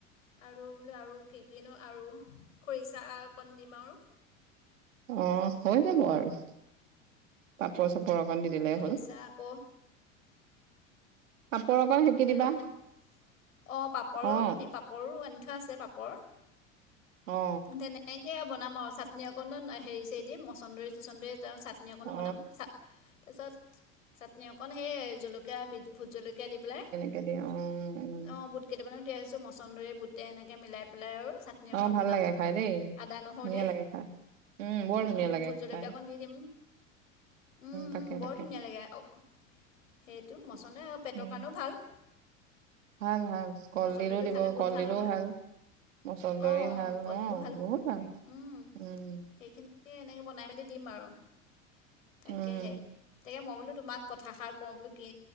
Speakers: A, on the left (about 85°); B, on the right (about 75°).
A: আৰু বোলো আৰু কি কি নো আৰু খৰিচা অকণ দিম আৰু।
B: অ হৈ যাব আৰু। পাপৰ চাপৰ অকণ দি দিলে
A: খৰিচা
B: হ'ল,
A: আকৌ
B: পাপৰ অকণ সেকি
A: হেল্ল'
B: দিবা
A: অঁ পাপৰো
B: অ
A: দি পাপ পাপৰো আনি থোৱা আছে পাপৰ,
B: অ
A: তেনে এনেকে বনাম আৰু চাটনি অকণো হেৰি চেৰি দিম মচন্দৰী চচন্দৰি চাট পানি অকণো
B: অ।
A: বনাম চা তাৰপিছত চাটনি অকণ সেই জলকীয়া বি ভোট জলকীয়া দি পেলাই।
B: কেতি উম। উম।
A: অ বুট কেইটামানো তিয়াই থৈছোঁ মচন্দৰি বুটে এনেকে মিলাই পেলাই আৰু চা নি অকণ
B: অ ভাল
A: বনাম
B: লাগে খাই দেই
A: আদা নহৰু
B: ধুনীয়া
A: দি।
B: লাগে খাই। বৰ
A: উম
B: ধুনীয়া লাগে
A: ভুট জলকীয়া
B: খাই
A: অকণ দি দিম। উম
B: তাকে
A: উম বৰ
B: তাকে
A: ধুনীয়া লাগে আও, সেইটো মচন্দৰি পেটৰ
B: উম।
A: কাৰণেও ভাল।
B: ভাল ভাল কলডিলো
A: মচন্দৰীটো
B: দিব,
A: খালে বহুত
B: কলডিলো
A: নহয়
B: ভাল। মচন্দৰী
A: অঁ অঁ
B: ভাল
A: কলদিলো
B: অহঁ বহুত ভাল
A: উম,
B: উম।
A: সেইখিনি এনেকৈ বনাই মেলি দিম আৰু, তাকেহে
B: উম
A: তাকে মই বোলো তোমাক- কথাষাৰ কওঁ বোলো কি